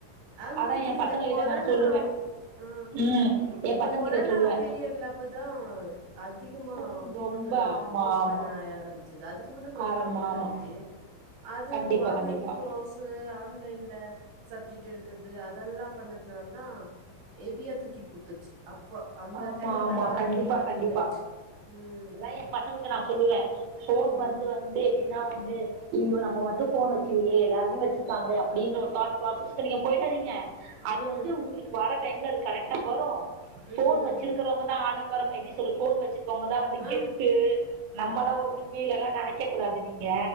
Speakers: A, on the right (about 85°); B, on the right (about 65°).
A: ஆக மொத்ததுல
B: அதான் என் பசங்க
A: இந்த கொரனா
B: கிட்ட நான் சொல்லுவேன்
A: ஆ
B: ம் என்
A: இந்த
B: பசங்க
A: கொரோனா
B: கிட்ட சொல்லுவேன்
A: பீரியடல அப்பதா அதிகமா
B: ஃபோன்
A: ஃபோனு
B: ரொம்ப ஆமா
A: யூஸ்
B: ஆமா
A: பண்ண ஆரம்பிச் சது அதுக்கு முன்ன கொஞ்சோ
B: ஆரம்ப
A: கம்மியாக தா
B: ஆமா
A: இருந்துச்சு அது
B: கண்டிப்பா
A: வா
B: கண்டிப்பா
A: கோர்ஸு ஆன்லைன்ல சப்ஜெக்ட் எடுக்குறது அதெல்லா பண்ணதுனால தா ஹேவியா தூக்கி குடுத்துச்சு அப்ப அந்த
B: ஆமா
A: டைம்ல
B: ஆமா
A: தா
B: கண்டிப்பா
A: இந்த மாரி
B: கண்டிப்பா
A: இதாயிட்டு ம்
B: அதா ஏ பசங்களுக்கு நா சொல்லுவே ஃபோன்
A: ம்
B: வந்து வந்து எப்டின்னா வந்து ஐய்யோ நம்ம மட்டு ஃபோன் வச்சுலையே எல்லாருமே வச்சிருக்காங்களே அப்டின்ற ஒரு தாட் ப்ராசஸ்கு நீங்க போயிடாதீங்க அது
A: ம்
B: வந்து உங்களுக்கு வர டைம்ல அது கரெக்ட்டா வரு
A: ம் ம்
B: ஃபோன் வச்சிருக்கிறவங்க தா ஆடம்பரம் எப்டி சொல்றது ஃபோன் வச்சிருக்கவங்க தா வந்து
A: ஆ
B: கெத்து நம்மளா ஒண்ணுமே இல்லல்லனு நெனைக் க கூடாது நீங்க